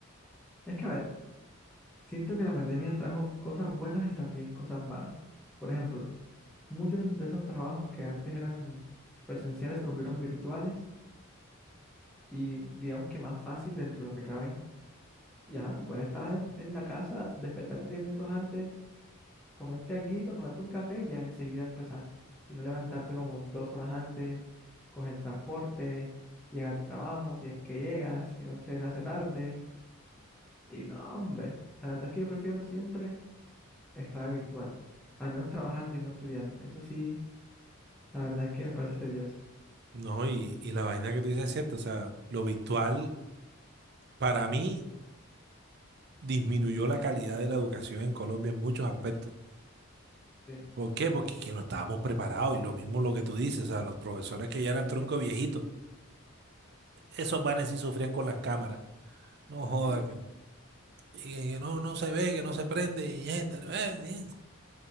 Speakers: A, in the centre; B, on the right.
A: Es que, a ver, siento que la pandemia trajo cosas buenas y también cosas malas. Por ejemplo, muchos de esos trabajos que antes eran presenciales se volvieron virtuales y digamos que más fácil dentro de lo que caben. Ya, tú puedes estar en la casa, despertarte 10 minutos antes, comerte alguito, tomarte un café y ya enseguida empezar. Y no levantarte como dos horas antes, coger transporte, llegar al trabajo, si es que llegas, si no se te hace tarde. Y no, hombre, la verdad es que yo prefiero siempre estar virtual, al menos trabajando y no estudiando. Eso sí, la verdad es que me parece tedioso.
B: No, y, y la vaina que tú dices es cierta. O sea, lo virtual, para mí, disminuyó la calidad de la educación en Colombia en muchos aspectos.
A: Sí,
B: ¿Por qué? Porque es que no estábamos preparados. Y lo mismo lo que tú dices, o sea, los profesores que ya eran tronco viejitos, esos vanes sí sufrían con las cámaras. No joda,
A: sí,
B: que. y que, que no, no se ve, que no se prende, y esta, eh, bien.